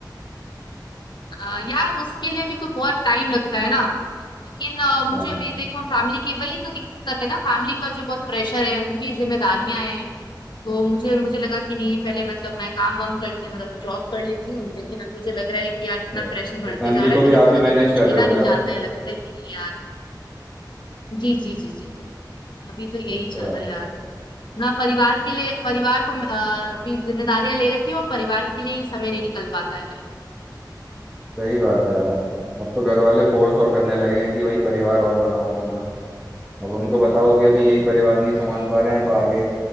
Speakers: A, on the left; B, in the centre.
A: अ, यार उसके लिए भी तो बहुत टाइम लगता है ना लेकिन अ, मुझे
B: हाँ
A: अभी देखो फैमिली की वही तो दिक्कत है ना फैमिली का जो बहुत प्रेशर है उनकी जिम्मेदारियां हैं तो मुझे मुझे लगा कि नहीं पहले मतलब मैं काम वाम कर ले मतलब जॉब कर लेती हूँ लेकिन अब मुझे लग रहा है कि यार इतना
B: अच्छा
A: प्रेशर
B: तो
A: बढ़ते
B: फैमिली
A: जा रहा
B: को
A: है
B: भी
A: मेरे
B: आप
A: से
B: ही
A: कभी
B: मैनेज
A: कुछ
B: कर
A: झेला
B: रहे हो
A: नहीं
B: क्या
A: जाता है लगता है कि नहीं यार जी जी जी जी जी अभी तो यही
B: अच्छा
A: चल रहा है यार ना परिवार के लिए परिवार को अ, अभी जिम्मेदारियां ले रखी है और परिवार के लिए ही समय नहीं निकल पाता
B: सही बात है यार अब तो घर वाले फोर्स और करने लगे हैं कि भाई परिवार और बनाओ अपना अब उनको बताओ कि अभी यही परिवार नहीं संभाल
A: है
B: पा रहे हैं तो आगे